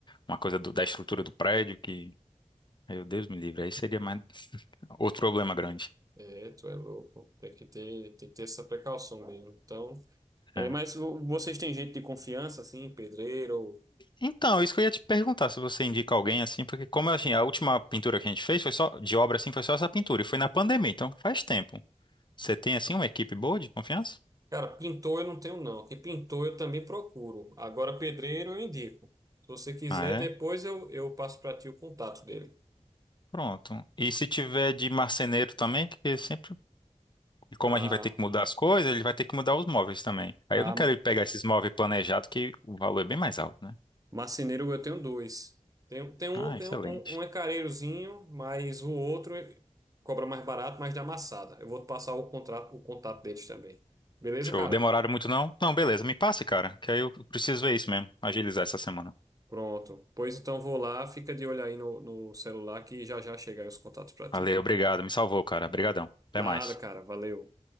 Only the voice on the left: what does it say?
uma coisa do- da estrutura do prédio que. Meu Deus me livre, aí seria mais outro problema grande.
É.
Então, isso que eu ia te perguntar, se você indica alguém assim, porque como assim, a última pintura que a gente fez foi só de obra assim, foi só essa pintura e foi na pandemia, então faz tempo. Você tem assim uma equipe boa de confiança?
Ah, é?
Pronto. E se tiver de marceneiro também, porque sempre, e como
a gente vai ter que mudar as coisas, ele vai ter que mudar os móveis também. Aí
eu não quero ir pegar esses móveis planejados que o valor é bem mais alto, né?
Ah,
excelente.
Show.
Demoraram muito não? Não, beleza, me passe, cara, que aí eu preciso ver isso mesmo, agilizar essa semana.
Valeu, obrigado, me salvou, cara. Obrigadão. Até
mais.